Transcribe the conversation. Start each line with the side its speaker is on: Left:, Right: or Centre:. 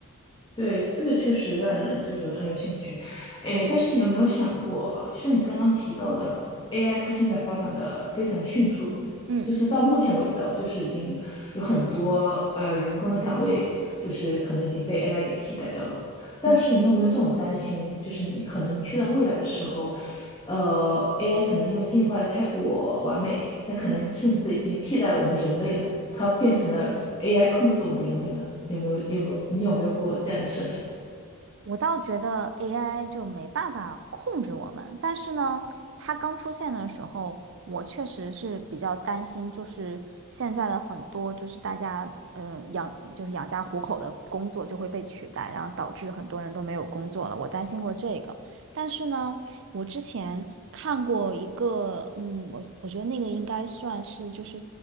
Left: 对，这个确实让人就是很有兴趣，诶，但是你有没有想过，就像你刚刚提到的，AI 它现在发展的非常的迅速，
Right: 嗯
Left: 就是到目前为止啊，就是已经有很多呃人工的岗位，就是可能已经被 AI 给替代掉了。但是你有没有这种担心，
Right: 嗯
Left: 就是你可能你去到未来的时候，呃，AI 可能因为进化的太过完美，它可能甚至已经替代了我们人类呢？
Right: 嗯。
Left: 它变成了 AI 控制我们人类呢？有没有有没有你有没有过这样的设想？
Right: 我倒觉得 AI 就没办法控制我们，但是呢，它刚出现的时候，我确实是比较担心，就是现在的很多就是大家嗯呃养就是养家糊口的工作就会被取代，然后导致很多人都没有工作了，我担心过这个。但是呢，我之前看过一个，嗯，我我觉得那个应该算是就是